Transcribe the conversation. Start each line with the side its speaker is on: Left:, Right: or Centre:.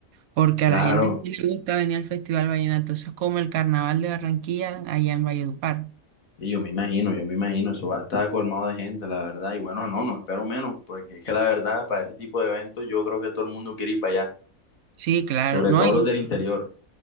Right: Porque
Left: claro.
Right: a la gente sí le gusta venir al Festival Vallenato, eso es como el Carnaval de Barranquilla allá en Valledupar.
Left: Y yo me imagino, yo me imagino, eso va a estar colmado de gente, la verdad. Y bueno, no, no espero menos, porque es que la verdad, para ese tipo de eventos, yo creo que todo el mundo quiere ir para allá,
Right: Sí, claro,
Left: sobre
Right: no,
Left: todo
Right: y
Left: los del interior.